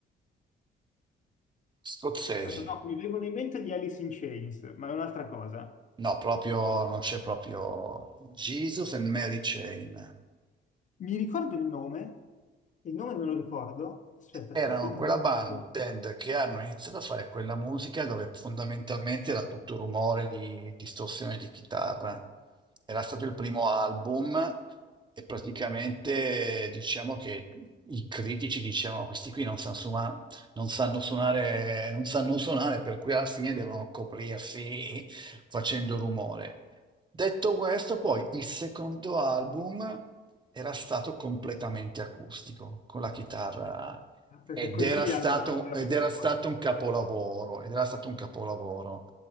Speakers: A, on the right (about 25°); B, on the left (about 40°).
A: Scozzesi.
B: Aspetta, No, mi vengono in mente gli Alice in Chains, ma è un'altra cosa.
A: No, proprio, non c'è proprio Jesus and Mary Chain.
B: Mi ricordo il nome, il nome me lo ricordo. Aspetta,
A: Erano
B: sì, sì, me
A: quella
B: lo ricordo.
A: ban- band che hanno iniziato a fare quella musica dove fondamentalmente era tutto rumore di distorsione di chitarra. Era stato il primo album e praticamente diciamo che i critici dicevano questi qui non sanno suonare, non sanno suonare, non sanno suonare, per cui alla fine devono coprirsi facendo rumore. Detto questo, poi il secondo album era stato completamente acustico, con la chitarra
B: Perché
A: ed
B: così
A: era
B: gli
A: stato,
B: hanno, gli hanno
A: ed
B: risposto.
A: era stato un capolavoro, ed era stato un capolavoro.